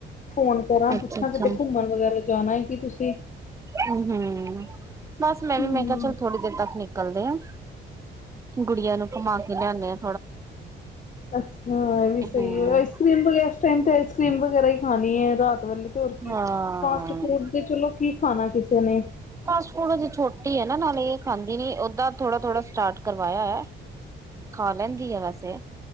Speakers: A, on the left; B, on the right.
A: ਫੋਨ ਕਰਾਂ ਪੁੱਛਾਂ,
B: ਅੱਛਾ ਅੱਛਾ
A: ਕਿਤੇ ਘੁੰਮਣ ਵਗੈਰਾ ਜਾਣਾ ਹੈ ਕੀ ਤੁਸੀਂ।
B: ਹਮ ਹਮ। ਬੱਸ ਮੈਂ
A: ਹੂੰ।
B: ਵੀ ਮੈਂ ਕਿਹਾ, ਚੱਲ ਥੋੜੀ ਦੇਰ ਤੱਕ ਨ ਨਿਕਲਦੇ ਆਂ, ਗੁੜੀਆ ਨੂੰ ਘੁੰਮਾ ਕੇ ਲਿਆਨੇ ਆਂ।
A: ਅੱਛਾ, ਇਹ ਵੀ ਸਹੀ
B: ਹੂੰ
A: ਹੈ। ਕਰ੍ਰੀਮ ਇਸ ਟਾਈਮ ਤੇ ਆਈਸਕਰੀਮ ਵਗੈਰਾ ਹੀ ਖਾਣੀ ਹੈ, ਰਾਤ ਵੇ ਤੇ ਹੋਰ ਕੀ
B: ਹਾਂ
A: ਫਾਸਟ ਫੂਡ ਤੇ ਚਲੋ ਕੀ ਖਾਣਾ ਕਿਸੇ ਨੇ।
B: ਫਾਸਟ ਫੂਡ ਅਜੇ ਛੋਟੀ ਏ ਨਾ, ਨਾਲ ਇਹ ਖਾਂਦੀ ਨੀ, ਓਦਾਂ ਥੋੜਾ-ਥੋੜਾ ਸਟਾਰਟ ਕਰਵਾਇਆ ਹੈ। ਖਾ ਲੈਂਦੀ ਹੈ ਵੈਸੇ।